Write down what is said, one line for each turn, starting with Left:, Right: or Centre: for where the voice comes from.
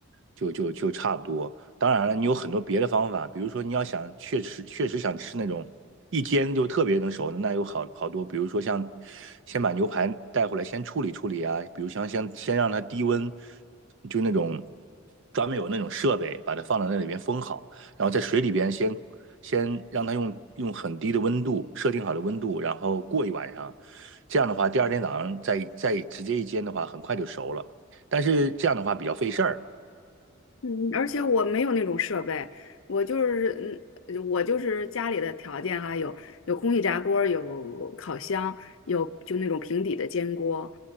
Right: 就就就差不多。当然了，你有很多别的方法，比如说你要想确实确实想吃那种一煎就特别能熟的，那有好好多，比如说像先把牛排带回来先处理处理啊，比如像先先让它低温，就那种专门有那种设备把它放到那里边封好，然后在水里边先先让它用用很低的温度设定好的温度，然后过一晚上，这样的话第二天早上再再直接一煎的话，很快就熟了，但是这样的话比较费事儿，
Left: 嗯而且我没有那种设备，我就是嗯，我就是家里的条件哈，有有空气炸锅儿有烤箱，有就那种平底的煎锅，